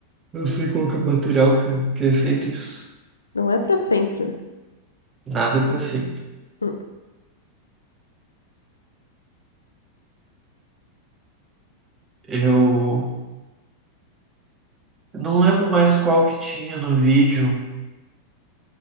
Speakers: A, on the right; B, on the left.
A: Eu sei qual que é o material que, que é feito isso.
B: Não é pra sempre, né?
A: Nada é pra sempre.
B: Hum,
A: Eu não lembro mais qual que tinha no vídeo.